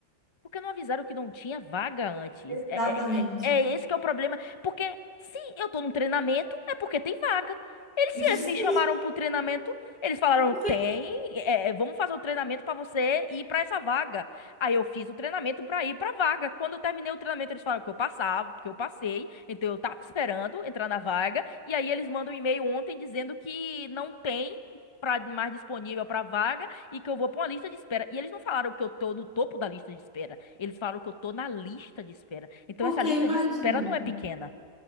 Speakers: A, on the left; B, on the left.
A: Porque não avisaram que não tinha vaga antes?
B: Exatamente.
A: É, é, é- é esse que é o problema. Porque se eu tô num treinamento, é porque tem vaga. Eles,
B: Sim,
A: se eles me chamaram pro treinamento, eles falaram:
B: porque,
A: tem, é, é, vamos fazer o treinamento pra você ir pra essa vaga. Aí eu fiz o treinamento pra ir pra vaga. Quando eu terminei o treinamento, eles falaram que eu passava, que eu passei. Então eu tava esperando entrar na vaga. E aí eles mandam um e-mail ontem dizendo que não tem pra, mais disponível pra vaga e que eu vou pra uma lista de espera. E eles não falaram que eu tô no topo da lista de espera. Eles falaram que eu tô na lista de espera. Então
B: porque
A: essa lista
B: imagina.
A: de espera não é pequena.